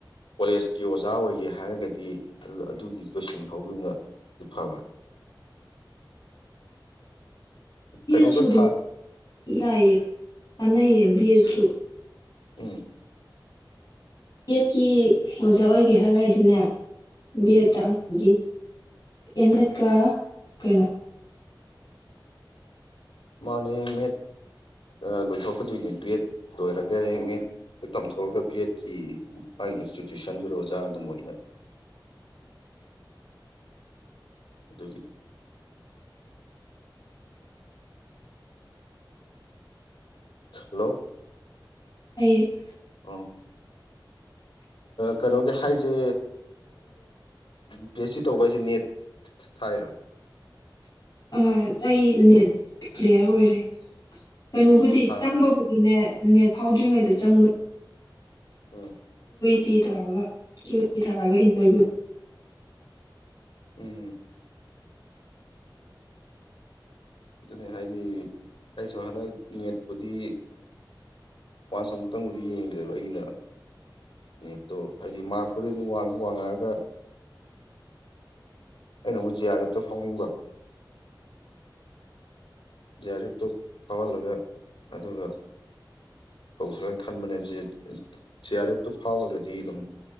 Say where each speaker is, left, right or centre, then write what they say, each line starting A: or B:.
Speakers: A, on the left; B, on the left.
A: ꯀꯣꯂꯦꯖꯀꯤ ꯑꯣꯖꯥ ꯑꯣꯏꯒꯦ ꯍꯥꯏꯔꯒꯗꯤ ꯑꯗꯨꯒꯤ ꯂꯣꯏꯁꯤꯟꯍꯧꯈꯤꯕꯅ ꯏꯐꯥꯕ
B: <inaudible> ꯕꯦꯠꯁꯨ
A: ꯀꯩꯅꯣꯒ
B: ꯑꯗꯨ
A: ꯊꯥ
B: ꯌꯥꯏꯌꯦ ꯀꯥꯟꯅꯩꯌꯦ ꯕꯦꯠꯁꯨ
A: ꯎꯝ
B: ꯕꯤꯑꯦꯠꯀꯤ ꯑꯣꯖꯥ ꯑꯣꯏꯒꯦ ꯍꯥꯏꯔꯗꯤꯅꯦ ꯕꯤ
A: ꯎꯝ
B: ꯑꯦꯠ ꯇꯥꯡꯒꯤ ꯑꯝꯑꯠ ꯀ ꯀꯩꯅꯣ
A: ꯃꯥꯅꯦ ꯑꯦꯝ ꯑꯦꯗ ꯂꯣꯏꯊꯣꯛꯀꯗꯣꯏꯅꯦ ꯕꯤ ꯑꯦꯗ ꯂꯣꯏꯔꯒ ꯑꯦꯝ ꯑꯦꯠ ꯇꯝꯊꯣꯛꯑꯒ ꯕꯤ ꯑꯦꯗꯀꯤ ꯃꯥꯒꯤ ꯏꯟꯁꯇꯤꯇ꯭ꯌꯨꯁꯟꯗꯨꯗ ꯑꯣꯖꯥ ꯑꯗꯨꯝ ꯑꯣꯏꯅ
B: <inaudible>
A: ꯑꯗꯨꯒꯤ ꯍꯜꯂꯣ
B: ꯑꯩ
A: ꯑ
B: <inaudible>
A: ꯀꯩꯅꯣꯒꯤ ꯍꯥꯏꯁꯦ ꯄꯤ ꯑꯩꯆ ꯇꯧꯕ ꯍꯥꯏꯁꯦ ꯅꯦꯠ ꯊꯥꯏꯔ
B: <inaudible> ꯑꯩ ꯅꯦꯠ ꯀ꯭ꯂꯤꯦꯌꯔ ꯑꯣꯏꯔꯦ ꯀꯩꯅꯣꯕꯨꯗꯤ
A: ꯅꯦꯠ ꯊꯥ
B: ꯆꯪꯕꯕꯨꯗꯤ ꯅꯦꯠ ꯅꯦꯠ ꯐꯥꯎꯗ꯭ꯔꯤꯉꯩꯗ ꯆꯪꯕ
A: ꯎꯝ
B: ꯇꯤ ꯊꯥꯔꯒ ꯀ꯭ꯌꯨ ꯇꯤ ꯊꯥꯔꯒ ꯏꯟꯇꯔꯚꯤꯌꯨ
A: ꯎꯝ ꯑꯗꯨꯅꯤ ꯍꯥꯏꯗꯤ ꯑꯩꯁꯨ ꯍꯟꯗꯛ ꯌꯦꯠꯄꯨꯗꯤ ꯃꯥꯁ ꯑꯃꯨꯛꯇꯪꯕꯨꯗꯤ ꯌꯦꯡꯈ꯭ꯔꯦꯕ ꯑꯩꯒꯤꯅ ꯅꯦꯠꯇꯣ ꯍꯥꯏꯗꯤ ꯃꯥꯔꯛꯄꯨꯗꯤ ꯑꯗꯨꯝꯡ ꯋꯥꯡꯉꯛꯑꯒ ꯑꯩꯅꯕꯨꯨꯖ ꯑꯔꯦꯞꯇꯣ ꯐꯥꯎꯅꯤꯡꯕ ꯌꯥꯔꯤꯞꯇꯣ ꯐꯥꯎꯍꯜꯂꯒ ꯑꯗꯨꯒ ꯇꯧ ꯁ ꯍꯥꯏꯅ ꯈꯟꯕꯅꯦ ꯍꯧꯖꯤ ꯁꯤ ꯑꯥꯔ ꯑꯦꯐꯇꯨ ꯐꯥꯎꯔꯒꯗꯤ ꯑꯗꯨꯝ